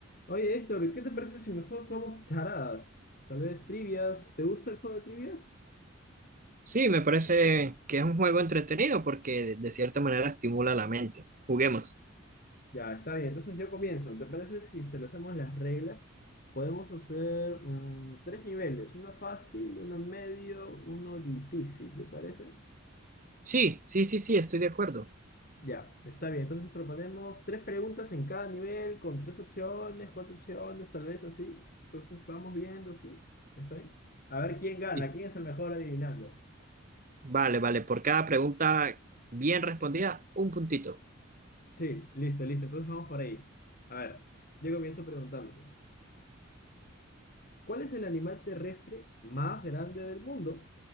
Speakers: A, on the left (about 45°); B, on the right (about 40°).
A: Oye, Héctor, ¿qué te parece si mejor jugamos charadas? Tal vez trivias. ¿Te gusta el juego de trivias?
B: Sí, me parece que es un juego entretenido porque de, de cierta manera estimula la mente. Juguemos.
A: Ya, está bien. Entonces yo comienzo. ¿Te parece si establecemos las reglas? Podemos hacer mm, tres niveles. Uno fácil, uno medio, uno difícil. ¿Te parece?
B: Sí, sí, sí, sí, estoy de acuerdo.
A: Ya, está bien. Entonces proponemos tres preguntas en cada nivel con tres opciones, cuatro opciones, tal vez así. Entonces vamos viendo, ¿sí? ¿Está bien? A ver quién gana,
B: Y-
A: quién es el mejor adivinando.
B: Vale, vale, por cada pregunta bien respondida, un puntito.
A: Sí, listo, listo. Entonces vamos por ahí. A ver, yo comienzo preguntándote, ¿cuál es el animal terrestre más grande del mundo?